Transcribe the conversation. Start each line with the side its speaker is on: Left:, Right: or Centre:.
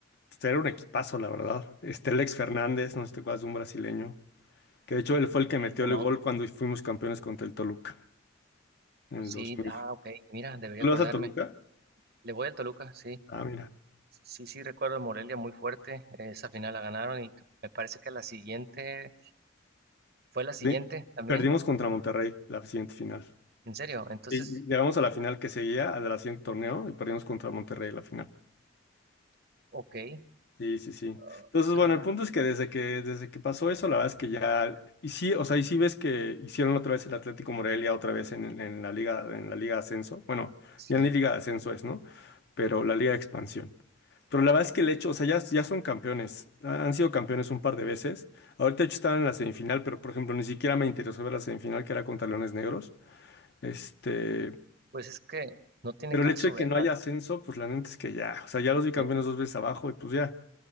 Left: este era un equipazo, la verdad. Este, Alex Fernández, no sé si te acuerdas de un brasileño. Que de hecho él fue
Right: de
Left: el que
Right: este
Left: metió el
Right: no,
Left: gol cuando fuimos campeones contra el Toluca en
Right: sí,
Left: el 2000.
Right: ah, ok, mira, debería
Left: ¿Tú
Right: acordarme,
Left: ¿Le vas al Toluca?
Right: le voy al Toluca, sí,
Left: Ah, mira.
Right: Sí, sí, recuerdo a Morelia muy fuerte. eh, Esa final la ganaron y me parece que la siguiente fue la siguiente
Left: Perdi-
Right: también.
Left: Perdimos contra Monterrey la siguiente final.
Right: En serio, entonces,
Left: Y y llegamos a la final
Right: muy-
Left: que seguía, a la siguiente torneo, y perdimos contra Monterrey la final.
Right: ok.
Left: Sí, sí, sí.
Right: ah,
Left: Entonces,
Right: qué
Left: bueno,
Right: raro,
Left: el punto es que desde que, desde que pasó eso, la verdad es que ya, y sí, o sea, y sí ves que hicieron otra vez el Atlético Morelia, otra vez en, en la liga, en la liga de ascenso. Bueno,
Right: Sí,
Left: ya ni liga de ascenso es, ¿no? Pero la liga de expansión. Pero la verdad es que el hecho, o sea, ya, ya son campeones. Ha- Han sido campeones un par de veces. Ahorita de hecho están en la semifinal, pero por ejemplo, ni siquiera me interesó ver la semifinal que era contra Leones Negros. Este,
Right: pues es que no tiene
Left: pero
Right: caso
Left: el hecho de
Right: verla.
Left: que no haya ascenso, pues la neta es que ya, o sea, ya los vi campeones
Right: Eh,
Left: dos veces abajo y pues ya.